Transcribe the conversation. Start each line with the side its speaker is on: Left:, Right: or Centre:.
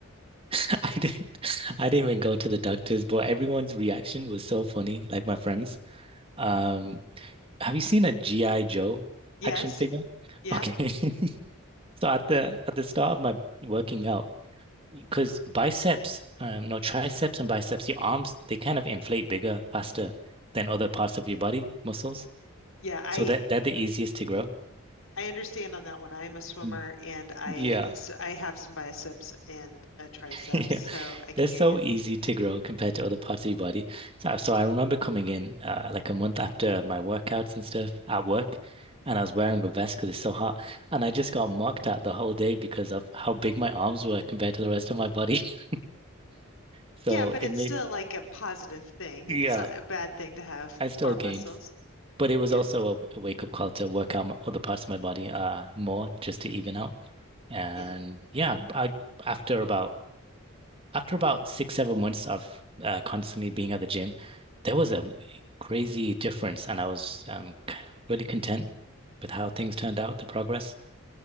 Right: I didn't I didn't even go to the doctors, but everyone's reaction was so funny, like my friends. Um, have you seen a G.I. Joe
Left: Yes.
Right: action figure?
Left: Yeah.
Right: Okay. <laughs> So at the at the start of my working out, because biceps, um, no, triceps and biceps, your arms, they kind of inflate bigger, faster than other parts of your body muscles.
Left: Yeah, I
Right: So that they're the easiest to grow.
Left: I understand on that one. I am a swimmer
Right: Mm.
Left: and I
Right: Yeah.
Left: so I have some biceps and a triceps,
Right: <laughs>
Left: so I can
Right: They're
Left: hear
Right: so
Left: you.
Right: easy to grow compared to other parts of your body. So, so I remember coming in uh, like a month after my workouts and stuff at work, and I was wearing a vest because it's so hot, and I just got mocked at the whole day because of how big my arms were compared to the rest of my body. <laughs> So
Left: Yeah, but
Right: it
Left: it's
Right: made,
Left: still like a positive thing.
Right: yeah,
Left: It's not a bad thing to have
Right: I still
Left: arm
Right: gained,
Left: muscles.
Right: but it was
Left: Yeah.
Right: also a, a wake-up call to work out m- other parts of my body uh more just to even out. And
Left: Yeah.
Right: yeah, I after about after about six, seven months of uh, constantly being at the gym, there was a crazy difference, and I was um, c- really content with how things turned out, the progress.